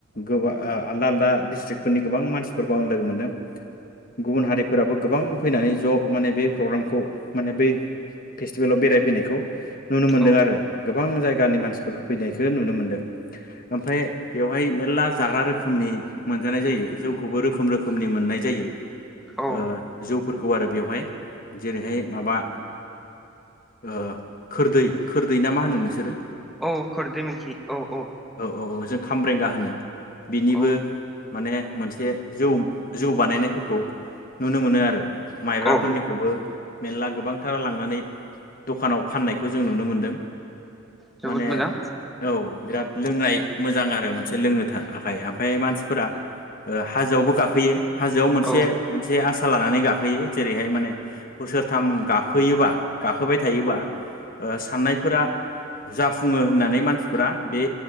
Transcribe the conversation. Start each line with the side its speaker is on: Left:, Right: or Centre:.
Left: गोबा आलदा आलदा डस्ट्रिक् फोरनि गोबां मानसिफोरखौ आं लोगो मोन्दों गुबुन हारिफोराबो गोबां फैनानै ज' माने बे प्रग्रामखौ माने बै स्टिभेलाव बेरायफैनायखौ नुनो मोनदों
Centre: औ
Left: आरो गोबां गोबां जायगानि मानसिफोरफोरखौ फैनायखौ नुनो मोनदों ओमफाय बेवहाय मेर्ला जाग्रा रोखोमनि मोनजानाय जायो जौखौबो रोखोम रोखोमनि मोननाय जायो
Centre: औ
Left: ओ जौफोरखौ आरो बेवहाय जेरैहाय माबा ओ खोरदै खोरदै ना मा होनो नोंसोरो
Centre: औ खोरदैमोनखि औ औ
Left: औ औ जों खामब्रेंगा होनो बिनिबो
Centre: औ
Left: माने मोनसे जौ जौ बानायनायफोरखौ नुनो मोनो आरो माइब्राफोरनिखौबो
Centre: औ
Left: मेरला गोबांथारा लांनानै दखानाव फाननायखौ जों नुनो मोनदों
Centre: जोबोद
Left: माने
Centre: मोजां
Left: औ बिराद लोंनाय मोजां आरो मोनसे लोंनो थाखाय ओमफाय मानसिफोरा ओ हाजोआवबो गाखोयो हाजोआव मोनसे
Centre: औ
Left: मोनसे आस आसा लानानै गाखोयो जेरैहाय माने बोसोरथाम गाखोयोबा गाखोबाय थायोबा ओ साननायफोरा जाफुङो होननानै मानसिफोरा बे